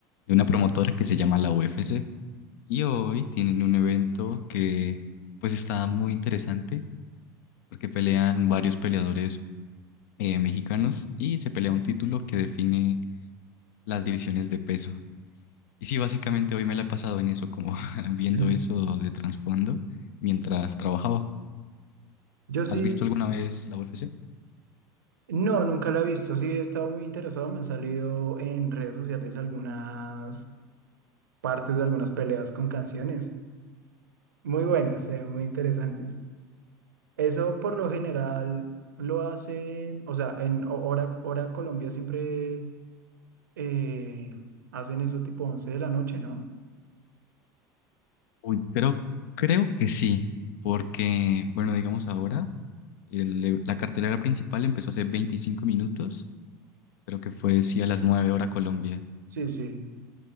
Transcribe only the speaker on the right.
Mm.
Yo sí,
no, nunca la he visto, sí he estado muy interesado, me han salido en redes sociales algunas partes de algunas peleas con canciones, muy buenas, eh, muy interesantes. Eso por lo general lo hacen, o sea, en ho- hora, hora Colombia siempre eh, hacen eso tipo 11 de la noche, ¿no?
Sí, sí.